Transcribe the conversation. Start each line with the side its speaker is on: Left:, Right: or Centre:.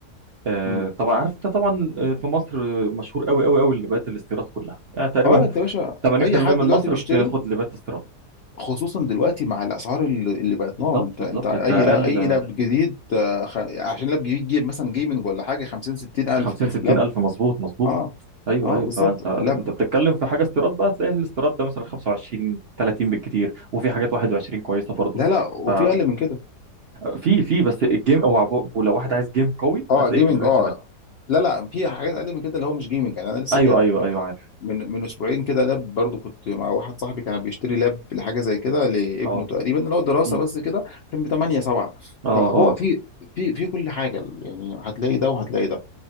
Right: آه
Left: مم.
Right: طبعا عارف انت طبعا آه، في مصر مشهور قوي قوي قوي لبات الاستيراد كلها يعني تقريبا
Left: اه انت
Right: <laughs>
Left: يا باشا
Right: 80%
Left: اي حد
Right: من
Left: دلوقتي
Right: مصر
Left: بيشتري
Right: بتاخد لبات استيراد
Left: خصوصا دلوقتي مع الاسعار اللي اللي بقت
Right: بالظبط
Left: نار انت
Right: بالظبط
Left: انت اي
Right: انت اقل
Left: لا اي لاب جديد آه، خ... عشان لاب جديد جيب مثلا جيمنج ولا حاجه 50 60 الف
Right: 50 60
Left: لاب
Right: الف مظبوط مظبوط
Left: اه
Right: ايوه
Left: اه
Right: ايوه
Left: بالظبط
Right: فانت انت
Left: لاب
Right: بتتكلم في حاجه استيراد بقى تلاقي الاستيراد ده مثلا 25 30 بالكتير وفي حاجات 21 كويسه برضو
Left: لا لا وفي
Right: ففي
Left: اقل من كده
Right: في في بس الجيم او عبو- ولو واحد عايز جيم قوي
Left: اه
Right: هتلاقيه
Left: جيمنج
Right: في الرينج
Left: اه
Right: ده
Left: لا لا في حاجات اقل من كده اللي هو مش جيمنج يعني انا لسه
Right: ايوه
Left: جايب
Right: ايوه ايوه عارف
Left: من من اسبوعين كده لاب برضو كنت مع واحد صاحبي كان بيشتري لاب لحاجه زي كده لابنه
Right: اه
Left: تقريبا اللي هو دراسه
Right: أمم.
Left: بس كده كان ب 8 7
Right: اه
Left: فهو
Right: اه
Left: في في في كل حاجه يعني هتلاقي ده وهتلاقي ده